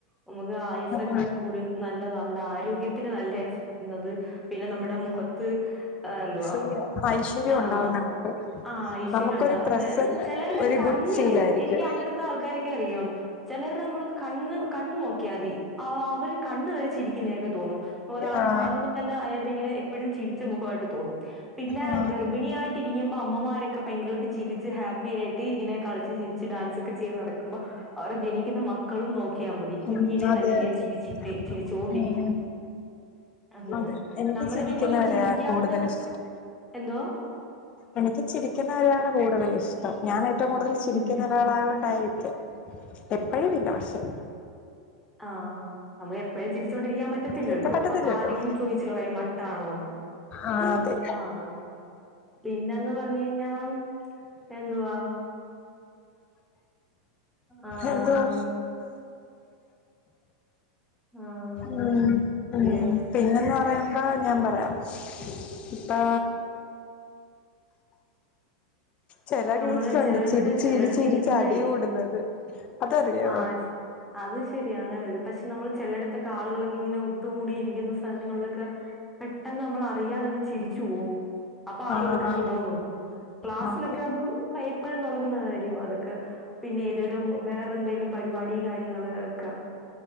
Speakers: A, in the centre; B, on the left.
A: നമുക്ക് ആയുസൊക്കെ
B: അപ്പൊ
A: കൂടേം ന ല്ലതാ നമ്മുടെ ആരോഗ്യത്തിന് നല്ലയാ ചിരിക്കുന്നത് പിന്നെ നമ്മുടെ മുഖ ത്ത് എന്തുവാ
B: ശരിയാ ഐശ്വര്യം
A: ആഹ്
B: ഉണ്ടാവും നമുക്ക്
A: ആഹ് ഐശ്വര്യണ്ടാവും
B: നമുക്കൊരു പ്രസന്റ്
A: അതെ ചെലർരെ
B: ഒരു
A: കണ്ണില്
B: ഗുഡ് ഫീൽ ആയിരിക്കും
A: എനിക്ക് അങ്ങനത്തെ ആൾക്കാരെയൊക്കെ അറിയാം ചെലർരെ നമ്മള് കണ്ണ് കണ്ണ് നോക്കിയാതി അവർടെ കണ്ണ് വരെ ചിരിക്കുന്നെയായിട്ട് തോന്നും ഒരാളെ
B: ആഹ്
A: കാണുമ്പ തന്നെ അയാൾതിങ്ങനെ എപ്പോഴും ചിരിച്ച മുഖവായിട്ട് തോന്നും പിന്നെ
B: ആഹ്
A: ഗർഭിണിയായിട്ടിരിക്കുമ്പം അമ്മമാരൊക്കെ ഭയങ്കരായിട്ട് ചിരിച്ച് ഹാപ്പി ആയിട്ട് ഇങ്ങനെ കളിച്ച് ചിരി ച്ച് ഡാൻസ് ഒക്കെ ചെയ്ത് നടക്കുമ്പ അവരെ ജനിക്കുന്ന മക് ക്കളും നോക്കിയാ മതി കുഞ്ഞിലെ
B: ഉം അതെ
A: തന്നെ ഇങ്ങനെ
B: അതെ
A: ചിരിച്ചിട്ട് ചിരിച്ചോണ്ടിരിക്കും
B: ഉം
A: അങ്ങനെ
B: അതെ എനിക്ക്
A: നമ്മള്
B: ചിരിക്കുന്നവരെയാ
A: പിന്നെ ഈ ചിരിക്കാത്തത്
B: കൂടുതൽ ഇഷ്ടം
A: എന്തോ
B: എനിക്ക് ചിരിക്കുന്നവരെയാണ് കൂടുതൽ ഇഷ്ടം ഞാൻ ഏറ്റവും കൂടുതൽ ചിരിക്കുന്ന
A: ഉം.
B: യാളായ കൊണ്ടായിരിക്കാം എപ്പഴുവില്ല പക്ഷേ
A: ആഹ് നമ്മക്ക് എപ്പോഴും ചിരിച്ചോണ്ടിരിക്കാൻ പറ്റത്തില്ലല്ലോ
B: ചിരിക്കാൻ പറ്റത്തില്ലല്ലോ
A: അപ്പൊ ആരെങ്കിലും ചോയിച്ചു കളയും വട്ടാണോ
B: ആഹ് അതെ
A: ആഹ് പിന്നന്ന് പറഞ്ഞ് കഴിഞ്ഞാൽ എന്തുവാ ആഹ്
B: എന്തുവാ
A: ആഹ്
B: ഉം ഉം
A: ഒരു
B: പിന്നെന്താ പറയുമ്പ ഞാൻ പറയാം ഇപ്പാ ചെല
A: നമ്മള്
B: കേസിലുണ്ട്
A: ചെലയിടത്ത്
B: ചിരിച്ചിരിച്ചിരിച്ചടി
A: ചെലയിടത്ത് ഇരിക്കുമ്പഴേ
B: കൂടുന്നത് അതറിയോ
A: ആഹ് അത് ശരിയാ അങ്ങനെ വരും പക്ഷെ നമ്മൾ ചെലട്ത്തൊക്കെ ആളുകളൊക്കെ ഇങ്ങനെ ഒത്തുകൂടിരി ക്കുന്ന സ്ഥലങ്ങളിലൊക്കെ പെട്ടെന്ന് നമ്മൾ അറിയാതെങ്ങ് ചിരിച്ചു പോവും അപ്പൊ ആളുകളൊക്കെ
B: ആഹ്
A: നമ്മളെ നോക്കും ക്ലാസ്സിലൊ
B: നോക്കും
A: ക്കെ അത് പ എപ്പഴും നടക്കുന്ന കാര്യവാ അതൊക്കെ പിന്നെ ഏതേലും വേറെന്തേലും പരിപാ ടീം കാര്യങ്ങള് ഒക്കെ